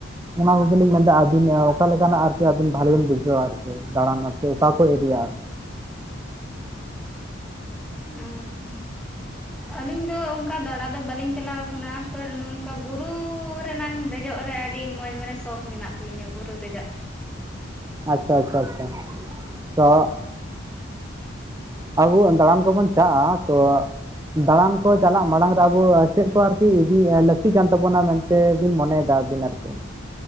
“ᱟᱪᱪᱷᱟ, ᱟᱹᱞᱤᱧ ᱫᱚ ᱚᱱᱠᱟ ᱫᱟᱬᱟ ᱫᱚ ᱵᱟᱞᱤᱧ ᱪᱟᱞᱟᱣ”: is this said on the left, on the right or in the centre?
Centre